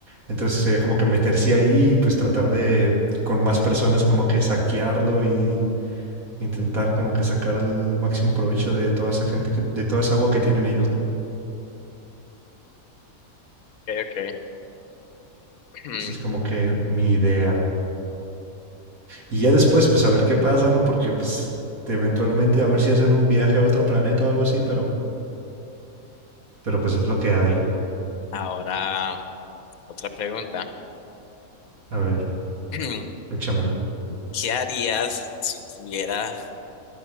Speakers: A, on the right (about 75°); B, on the left (about 80°).
A: Entonces sería como que meterse ahí y pues tratar de con más personas como que saquearlo y intentar como que sacar el máximo provecho de toda esa gente que, de toda esa agua que tienen ellos, ¿no?
B: ¿Qué? <clears throat>
A: Esa es como que mi idea. Y ya después, pues a ver qué pasa, ¿no? Porque pues eventualmente a ver si hacen un viaje a otro planeta o algo así, pero, pero pues es lo que hay.
B: Ahora, otra pregunta.
A: A ver,
B: <clears throat>
A: échamela.
B: ¿Qué harías si tuvieras